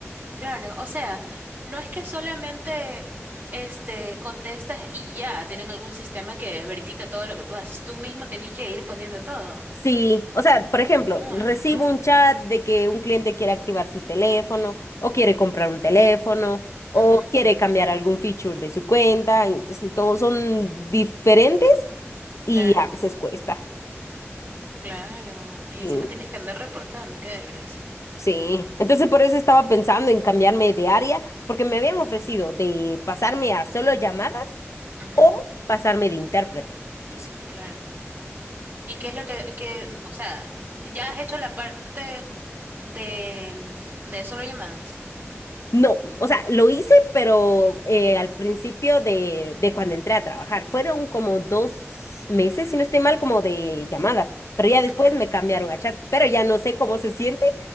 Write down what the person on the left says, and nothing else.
Sí, o sea, por ejemplo,
recibo
un chat de que un cliente quiere activar su teléfono o quiere comprar un teléfono o
quiere cambiar algún feature de su cuenta, entonces todos son diferentes y
a veces cuesta.
Sí,
sí. Entonces por eso estaba pensando en cambiarme de área porque me habían ofrecido de pasarme a solo llamadas
o pasarme de intérprete. Entonces,
No, o sea, lo hice, pero eh, al principio de, de cuando entré a trabajar. Fueron como dos meses, si no estoy mal, como de llamadas. Pero ya después
me cambiaron a chat. Pero ya no sé cómo se siente